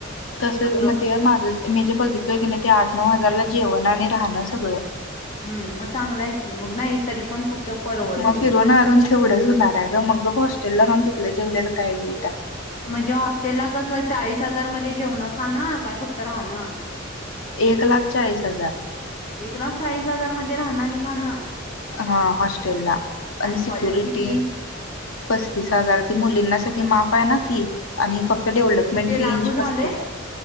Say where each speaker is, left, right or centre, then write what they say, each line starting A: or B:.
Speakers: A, on the left; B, on the left.
A: तस
B: असं
A: मग ते माझं मी जे बघितलय की नाही ते आठ नऊ हजारला जेवण आहे राहणं सगळं.
B: हम् मग चांगलं कि मग नाही तरी पण कुठं परवडते
A: मग फिरून मारून तेवढंच होणार आहे ग मग ग हॉस्टेल ला राहून तिथलं जेवलेलं काय वाईट हाय.
B: म्हणजे हॉस्टेलला कसं चाळीस हजार मध्ये जेवणं खाणं काय फक्त राहणं.
A: एक लाख चाळीस हजार
B: एक लाख चाळीस हजार मध्ये राहणार नाही खाणं.
A: हा हॉस्टेल ला आणि सिक्युरिटी
B: कॉलेजची फी
A: पस्तीस हजार ती मुलींना सगळी माफ आहे ना फी. आणि फक्त डेव्हलपमेंट
B: ते
A: फी
B: लागू
A: यांची
B: झालंय
A: पस्तीस आहे.